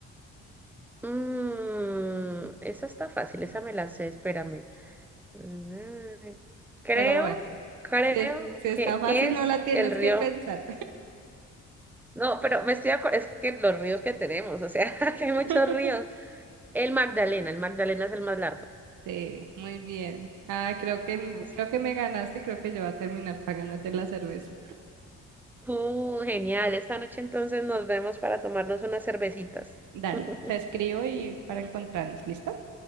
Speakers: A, in the centre; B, on the right.
A: Mm, esa está fácil, esa me la sé, espérame. Mm, Creo,
B: Pero bueno.
A: creo
B: Si, es- si
A: que
B: está fácil,
A: es
B: no la tienes
A: el río.
B: que pensar.
A: No, pero me estoy acordando, es que los ríos que tenemos, o sea, <laughs> que hay muchos
B: <laughs>
A: ríos. El Magdalena, el Magdalena es el más largo.
B: Sí, muy bien. Ah, creo que, m-
A: Ese.
B: creo que me ganaste y creo que yo voy a terminar pagándote la cerveza.
A: Uh, genial. Esta noche entonces nos vemos para tomarnos unas cervecitas.
B: Dale,
A: <laughs>
B: te escribo y para encontrarnos, ¿listo?